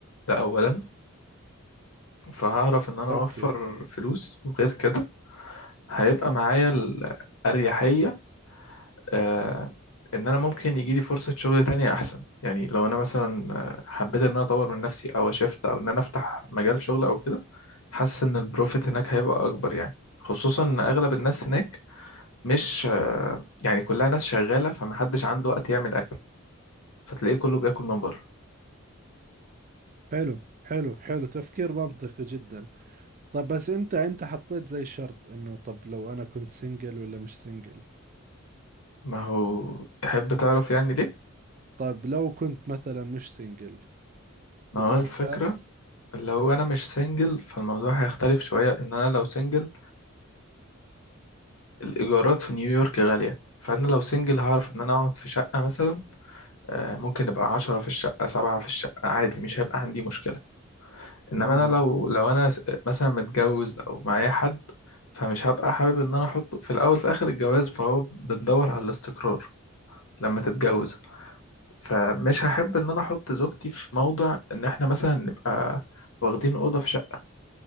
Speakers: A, on the left; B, on the right.
A: ده اولا فهعرف ان انا
B: اوكي
A: اوفر فلوس وغير كده هيبقى معايا الاريحية آه، ان انا ممكن يجي لي فرصه شغل تانية احسن يعني لو انا مثلا آه، حبيت ان انا اطور من نفسي او اشفت او ان انا افتح مجال شغل او كده حاسس ان البروفيت هناك هيبقى اكبر يعني خصوصا ان اغلب الناس هناك مش آه، يعني كلها ناس شغاله فمحدش عنده وقت يعمل اكل فتلاقيه كله بياكل من بره
B: حلو حلو حلو تفكير منطقي جدا طب بس انت انت حطيت زي شرط انه طب لو انا كنت سنجل ولا مش سنجل
A: ما هو تحب تعرف يعني ليه
B: طب لو كنت مثلا مش سنجل
A: ما
B: بتروح
A: هو الفكره
B: باريس
A: لو انا مش سنجل فالموضوع هيختلف شويه ان انا لو سنجل الإيجارات في نيويورك غالية فأنا لو سنجل هعرف إن أنا أقعد في شقة مثلا آه، ممكن يبقى عشرة في الشقة سبعة في الشقة عادي مش هيبقى عندي مشكلة إنما
B: مم.
A: أنا لو لو أنا س- مثلا متجوز أو معايا حد فمش هبقى حابب إن أنا أحطه في الأول في آخر الجواز فهو بندور على الاستقرار لما تتجوز فمش هحب إن أنا أحط زوجتي في موضع إن إحنا مثلا نبقى واخدين أوضة في شقة